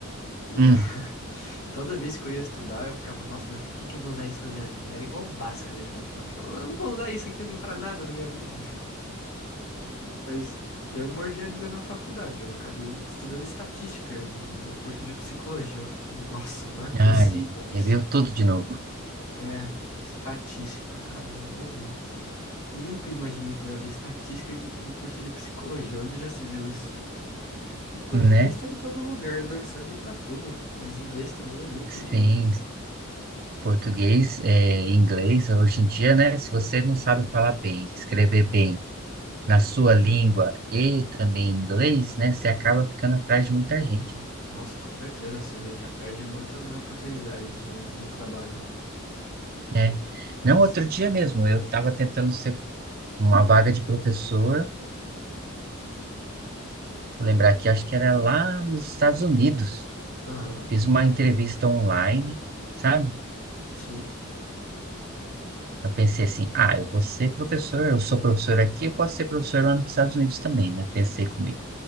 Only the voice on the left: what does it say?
E
<laughs> e toda vez que eu ia estudar, eu ficava, nossa, mas pra que que eu vou usar isso na minha vida? Era igual Bhaskara de matemática. Eu não vou usar isso aqui pra nada na minha vida. Mas eu mordi a língua na faculdade. Eu acabei estudando estatística em- no curso de psicologia. Eu fiquei, nossa, não é possível
isso.
É, estatística, cara. Eu não, nunca imaginei que eu ia ver estatística em- no curso de psicologia. Onde já se viu isso? E português
tá em todo lugar, né? Serve pra tudo. Mas inglês também é muito
bom.
Nossa, com certeza. Você já perde muitas oportunidades de, de trabalho.
Mas,
aham,
sim,